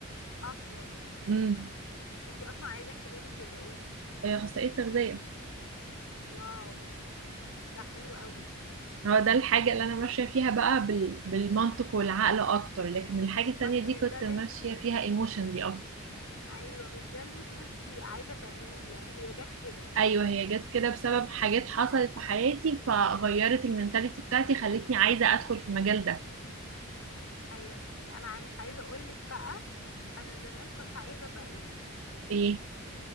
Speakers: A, on the left; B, on the right.
A: اصلا
B: امم
A: انتي اصلا عايزة كاريرك يبقى ايه
B: آه، اخصائية تغذية
A: واو ده حلو قوي
B: هو ده الحاجة اللي انا ماشية فيها بقى بال... بالمنطق والعقل اكتر لكن الحاجة التانية
A: بس مش
B: دي كنت
A: ده اللي
B: ماشية
A: انت
B: فيها ايموشنلي اكتر
A: ايوه مش ده اللي انت كنتي عايزة تعمليه يعني هي جت كده
B: ايوه هي جت كده بسبب حاجات حصلت في حياتي فغيرت المنتاليتي بتاعتي خلتني عايزة ادخل في المجال ده
A: ايوه فهمت انا عا- مش عايزه اقولك بقى انا زمان كنت عايزه ابقى ايه
B: ايه